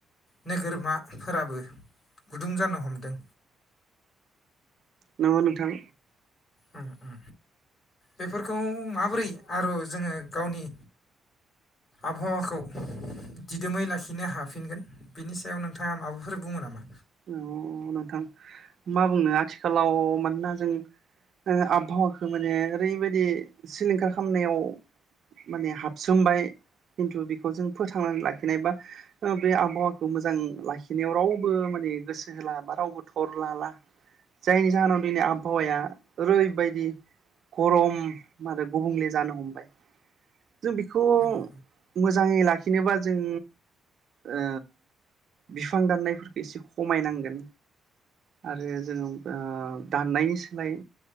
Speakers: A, on the left (about 40°); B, on the right (about 55°).
A: नोगोरमाफोराबो गुदुं जानो हमदों
B: नगौ नोंथां
A: ओ ओ बेफोरखौ माबोरै आरो जोङो गावनि आबहावाखौ दिदोमै लाखिनो हाफिनगोन बिनि सायाव नोंथाङा माबाफोर बुङो नामा?
B: औ नोंथां मा बुंनो आथिखालाव मानोना जों ओ आबहावाखौ माने ओरैबायदि सिलिंखार खालामनायाव माने हाबसोमबाय खिन्थु बेखौ जों फोथांनानै लाखिनाय बा ओ बे आबहावाखौ मोजां लाखिनायाव रावबो माने ने गोसो होला बा रावबो थर लाला जायनि जाहोनाव दिनै आबहावाया ओरैबायदि गरम आरो गुबुंले जानो हमबाय जों बेखौ
A: नंगौ
B: मोजाङै ला खिनोबा जों ओ बिफां दाननायफोरखौ एसे खमायनांगोन आरो जोङो ओ दाननायनि सोलाय